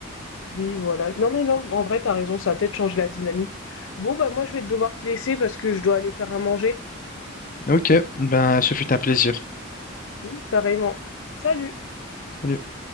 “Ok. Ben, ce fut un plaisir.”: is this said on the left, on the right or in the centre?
Left